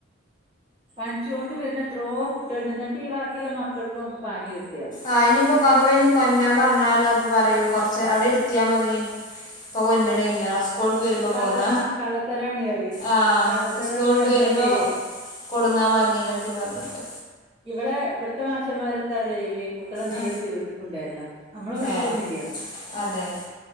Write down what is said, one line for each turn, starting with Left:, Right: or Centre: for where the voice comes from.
Right: പനിച്ചോണ്ട് വര്ണ എത്രയോ കുട്ട്യാള്ണ്ട് എന്നിട്ട് ഈ ബാക്കിള്ള മക്കൾക്കും പനി കിട്ട
Left: ആ ഇനിയിപ്പോ അഥവ ഇനി കൊണ്ടരാൻ പറഞ്ഞാലോ അപ്പൊ പറയൂ കുറച്ച് അവിടെ ഇരുത്തിയാ മതി ഇപ്പൊ കൊന്റ്റിനില്ല സ്കൂള് വര്മ്പ
Right: കള്ള
Left: പോന്ന
Right: ആ കള്ളത്തരാണ് പറയും
Left: ആഹ്
Right: കള്ളത്തരാന്ന്
Left: സ്കൂള്
Right: പറഞ്ഞാട്ടെ
Left: ട്ട് വര്മ്പോ കൊട്ന്നാ മതിന്നൊക്കെ പറഞ്ട്ട്.
Right: ഇവ്ടെ ഇവ്ട്ത്തെ മാഷമാര് എത്താറിയോ ചെയ്യല്? കുട്ട്യാളെ നേരിട്ട്
Left: ആ
Right: വീട്ട്ക്ക്‌ കൊണ്ടരലാ നമ്മളെ വിളിക്കന്നും
Left: ഏ
Right: ഇല്ല.
Left: അതെ